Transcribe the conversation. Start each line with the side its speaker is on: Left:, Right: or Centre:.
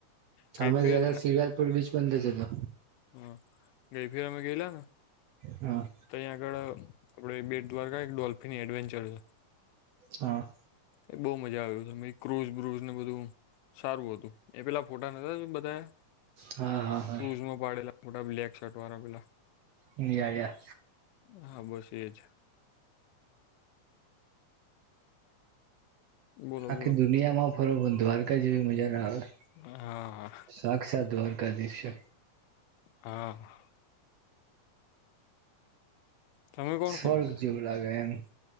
Left: ગઈ
Right: અમે
Left: ફેર
Right: ગયા તા શિવરાજપુર બીચ બંધ જ હતો.
Left: હ ગઈ ફિર અમે ગઈલાને
Right: હા.
Left: તહીં આગળ આપડે બેટ દ્વારકાએ એક ડોલ્ફિન એડવેન્ચર છે.
Right: હા.
Left: એ બહુ મજા આવે એવું તો અમે ક્રુઝ બ્રુઝને બધું સારું હતું એ પેલાં ફોટા નતા મેં બતાયા.
Right: હા હા.
Left: ક્રુઝમાં પાડેલા ફોટા બ્લેક શર્ટવાળા પેલાં
Right: એ આઈ યાર
Left: હા બસ એજ. બોલો
Right: આખી
Left: બોલો
Right: દુનિયામાં ફરો પણ દ્વારકા જેવી મજા ના આવે.
Left: હા.
Right: સાક્ષાત દ્વારકાધીશ છે.
Left: હા. તમે કોણ
Right: સ્વર્ગ
Left: કોણ ગયેલા
Right: જેવું લાગે એમ